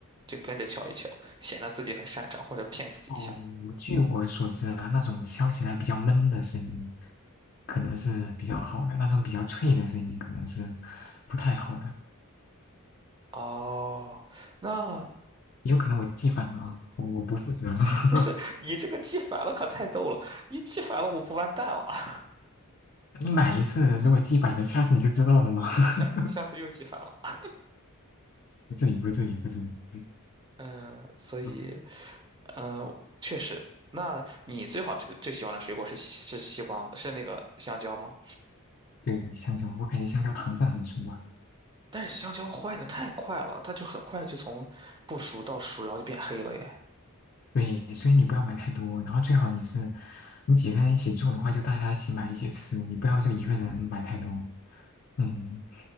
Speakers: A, on the right (about 20°); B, on the left (about 45°).
A: 就跟着敲一敲，显得自己很擅长或者骗自己一下。
B: 哦，我据我所知啊，那种敲起来比较闷的声音，可能是比较好的；那种比较脆的声音，可能是不太好的。
A: 哦，那
B: 也有可能我记反了啊，我我不负责。<laughs>
A: 不是你这个记反了可太逗了，你记反了我不完蛋了啊，
B: 你买一次，如果记反了，下次你就知道了嘛。
A: <laughs>
B: <laughs>
A: 下下次又记反了啊。
B: 不至于，不至于，不至于，不至于。
A: 嗯、所以，
B: 嗯
A: 嗯、确实，那你最好吃的最喜欢的水果是西是西瓜吗？是那个香蕉吗？
B: 对，香蕉，我感觉香蕉糖分很足啊，
A: 但是香蕉坏的太快了，它就很快就从不熟到熟，然后就变黑了耶。
B: 对，所以你不要买太多，然后最好你是，你几个人一起住的话，就大家一起买一起吃，你不要就一个人买太多。嗯，